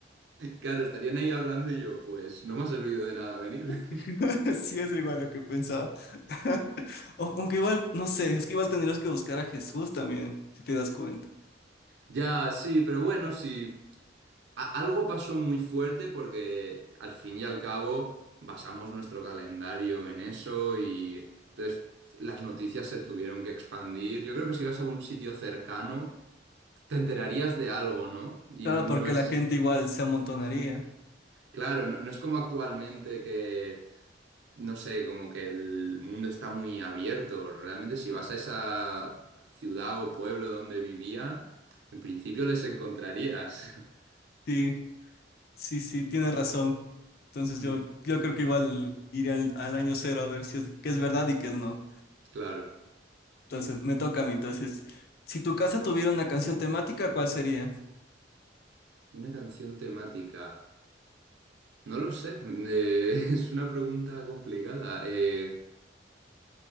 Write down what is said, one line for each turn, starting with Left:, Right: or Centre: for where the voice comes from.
Right: Claro, estarían ahí hablando y yo, pues no me has oído de nada venir. <laughs>
Left: <laughs> Sí, es igual lo que pensaba. <laughs> O- Aunque igual, no sé, es que igual tendrías que buscar a Jesús también, si te das cuenta.
Right: Ya, sí, pero bueno, sí. a- algo pasó muy fuerte porque al fin y al cabo basamos nuestro calendario en eso y entonces las noticias se tuvieron que expandir. Yo creo que si vas a un sitio cercano te enterarías de algo, ¿no? Y
Left: Claro,
Right: no, no
Left: porque
Right: es,
Left: la gente igual se amontonaría.
Right: claro, no, no es como actualmente que, no sé, como que el mundo está muy abierto. Realmente si vas a esa ciudad o pueblo donde vivían, en principio les encontrarías. <laughs>
Left: Sí, sí, sí, tienes razón. Entonces yo,
Right: Mm,
Left: yo creo que igual iré al, al año cero a ver si es, qué es verdad y qué es no.
Right: Claro.
Left: Entonces me toca a mí. Entonces, si tu casa tuviera una canción temática, ¿cuál sería?
Right: Una canción temática. No lo sé, eh, <laughs> es una pregunta complicada. Eh,